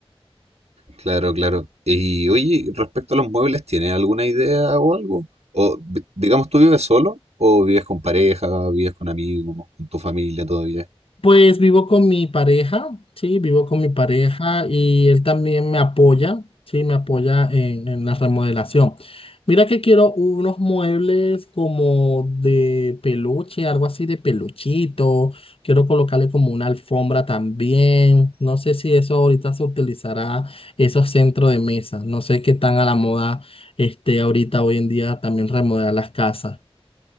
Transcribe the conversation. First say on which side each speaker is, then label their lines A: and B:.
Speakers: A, on the right (about 80°); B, on the left (about 60°).
A: Claro, claro. Y oye, respecto a los muebles, ¿tienes alguna idea o algo? O vi- digamos, ¿tú vives solo o vives con pareja, vives con amigos, con tu familia todavía?
B: Pues vivo con mi pareja, sí, vivo con mi pareja y él también me apoya, sí, me apoya en, en la remodelación. Mira que quiero unos muebles como de peluche, algo así de peluchito. Quiero colocarle como una alfombra también. No sé si eso ahorita se utilizará, esos centros de mesa. No sé qué tan a la moda este ahorita hoy en día también remodelar las casas.